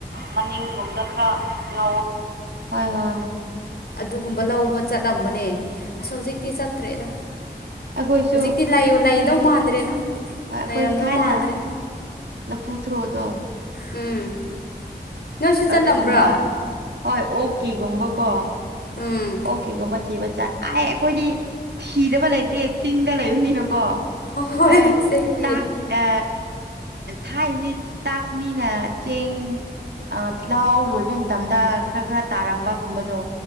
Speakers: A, on the right (about 75°); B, on the left (about 65°).
A: ꯃꯅꯤꯡꯂꯣꯝꯗ ꯈꯔ ꯉꯧ ꯍꯣꯏ ꯍ
B: ꯑꯗꯨꯒꯨꯝꯕ ꯂꯧꯕ ꯆꯠꯂꯝꯕꯅꯦ ꯑꯁ ꯍꯧꯖꯤꯛꯇꯤ ꯆꯠꯇ꯭ꯔꯦꯗ
A: ꯑꯩꯈꯣꯏꯁꯨ
B: ꯍꯧꯖꯤꯛꯇꯤ ꯂꯩꯗꯧ ꯃꯥꯟꯗ꯭ꯔꯦꯗ
A: ꯍꯣꯏ ꯑꯩꯈꯣꯏꯁꯨ
B: ꯂꯩꯔꯝꯗꯧ
A: ꯊꯥꯏꯅ
B: ꯃꯥꯟꯗ꯭ꯔꯦ
A: ꯂꯐꯨ ꯊ꯭ꯔꯣꯛꯑꯣꯗꯣ
B: ꯎꯝ ꯅꯣꯏꯁꯨ ꯆꯠꯂꯝꯕ꯭ꯔꯣ
A: ꯑꯗꯨꯒꯨꯝꯕ ꯍꯣꯏ ꯑꯣꯛꯀꯤꯒꯨꯝꯕꯀꯣ
B: ꯎꯝ
A: ꯑꯣꯀꯦꯒꯨꯝꯕꯆꯤꯕꯆꯥ ꯑ ꯑꯩꯈꯣꯏꯗꯤ ꯊꯤꯗꯕ ꯂꯩꯇꯦ ꯆꯤꯡꯗ ꯂꯩꯕꯨꯅꯤꯅ ꯀꯣ
B: ꯍꯣꯏ
A: ꯑ
B: ꯑꯁꯦꯡꯕꯒꯤ
A: ꯆꯥꯛ ꯑ ꯊꯥꯏꯅꯗꯤ ꯆꯥꯛ ꯃꯤꯅ ꯆꯦꯡ ꯑ ꯂꯍꯥꯎ ꯂꯣꯏꯕ ꯃꯇꯝꯗ ꯈꯔ ꯈꯔ ꯇꯥꯔꯝꯕꯒꯨꯝꯕꯗꯣ